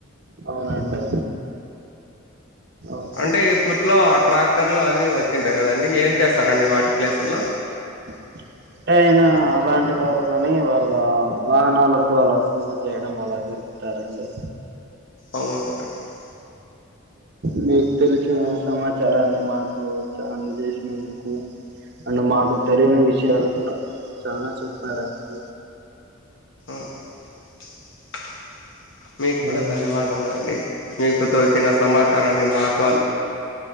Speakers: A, on the right (about 50°); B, on the left (about 60°).
A: అవునండి. ఓకే
B: అంటే ఇప్పట్లో ట్రాక్టర్లు అవి వచ్చింటాయి కదండి ఏం చేస్తారండి వాటి ప్లేసుల్లో
A: <inaudible> అంటే అయినా అలాంటి వారు కాని వాళ్ళ వాహనాలకు అలా పూజ చేయడం అలా జరు టరండి
B: అవున్ <unintelligible> డి.
A: మీక్ తెలిసిన సమాచారాన్ని మాకు చ అందదేసినందుకు. అండ్ మాకు తెలియని విషయాలు కూడా మీరు చానా చెప్పారండి.
B: <inaudible> మీక్కూడా
A: మీ
B: ధన్యవాదములండి మీకు తోచిన సమాచారాన్ని మాక్